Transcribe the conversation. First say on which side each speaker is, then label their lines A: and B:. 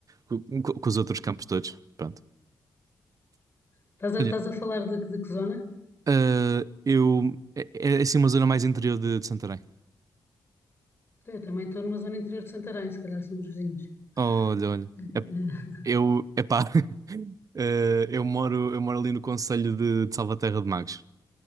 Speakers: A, on the right; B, on the left.
A: que, que os outros campos todos. Pronto.
B: Estás a,
A: Olha,
B: estás a falar de, de que zona?
A: eh, eu... É, é assim uma zona mais interior de de Santarém.
B: Eu também estou numa zona interior de Santarém, se calhar somos vizinhos.
A: Olha, olha.
B: <laughs>
A: É- Eu, epá, <laughs> eh, eu moro, eu moro ali no Conselho de, de Salvaterra de Magos.